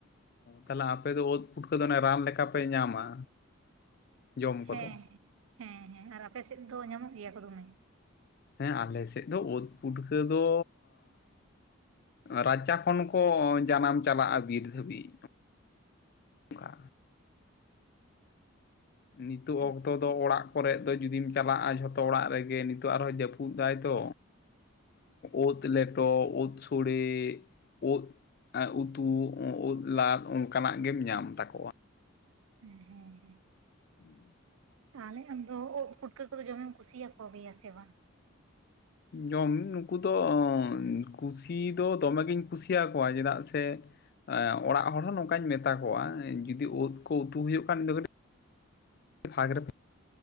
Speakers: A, on the left; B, on the right.
A: ᱛᱟᱦᱞᱮ ᱟᱯᱮ ᱫᱚ ᱳᱫ ᱯᱩᱴᱠᱟᱹ ᱫᱚ ᱟᱱᱮ ᱨᱟᱱ ᱞᱮᱠᱟᱯᱮ ᱧᱟᱢᱟ ᱡᱚᱢ ᱠᱚᱫᱚ
B: ᱦᱮᱸ ᱦᱮᱸ ᱦᱮᱸ ᱟᱨ ᱟᱯᱮᱥᱮᱫ ᱫᱚ ᱧᱟᱢᱚᱜ ᱜᱮᱭᱟ ᱠᱚ ᱫᱚᱢᱮ
A: ᱦᱮᱸ ᱟᱞᱮ ᱥᱮᱫ ᱫᱚ ᱳᱫ ᱯᱩᱴᱠᱟᱹ ᱫᱚ ᱨᱟᱪᱟ ᱠᱷᱚᱱ ᱠᱚ ᱡᱟᱱᱟᱢ ᱪᱟᱞᱟᱜᱼᱟ ᱵᱤᱨ ᱫᱷᱟᱹᱵᱤᱡ ᱚᱱᱠᱟ ᱱᱤᱛᱚᱜ
B: ᱟᱪᱪᱷᱟ
A: ᱚᱠᱛᱚ ᱫᱚ ᱚᱲᱟᱜ ᱠᱚᱨᱮᱫ ᱫᱚ ᱡᱩᱫᱤᱢ ᱪᱟᱞᱟᱜᱼᱟ ᱡᱷᱚᱛᱚ ᱚᱲᱟᱜ ᱨᱮᱜᱮ ᱱᱤᱛᱚᱜ ᱟᱨᱦᱚᱸ ᱡᱟᱹᱯᱩᱫ ᱫᱟᱭ ᱛᱚ ᱳᱫ ᱞᱮᱴᱚ ᱳᱫ ᱥᱳᱲᱮ ᱳᱫ ᱩᱛᱩ ᱳᱫ ᱞᱟᱫ ᱚᱱᱠᱟᱱᱟᱜ ᱜᱮᱢ ᱧᱟᱢ ᱛᱟᱠᱚᱣᱟ
B: ᱦᱮᱸ ᱦᱮᱸ ᱦᱮᱸ᱾
A: ᱦᱩᱸ ᱾
B: ᱛᱟᱦᱚᱞᱮ ᱟᱢᱫᱚ ᱳᱫ ᱯᱩᱴᱠᱟᱹ ᱠᱚᱫᱚ ᱡᱚᱢᱮᱢ ᱠᱩᱥᱤᱭᱟᱠᱚ ᱜᱮᱭᱟ ᱥᱮ ᱵᱟᱝ?
A: ᱡᱚᱢ ᱱᱩᱠᱩ ᱫᱚ ᱠᱩᱥᱤ ᱫᱚ ᱫᱚᱢᱮ ᱜᱤᱧ ᱠᱩᱥᱤᱭᱟᱠᱚᱣᱟ ᱪᱮᱫᱟᱜ ᱥᱮ ᱚᱲᱟᱜ ᱦᱚᱲ ᱦᱚᱸ ᱱᱚᱝᱠᱟᱧ ᱢᱮᱛᱟ ᱠᱚᱣᱟ ᱡᱩᱫᱤ ᱳᱫ ᱠᱚ ᱩᱛᱩ ᱦᱳᱭᱳᱜ ᱠᱷᱟᱱ ᱤᱧᱫᱚ ᱠᱟᱹᱴᱤᱡ <inaudible> ᱵᱷᱟᱜᱽ ᱨᱮ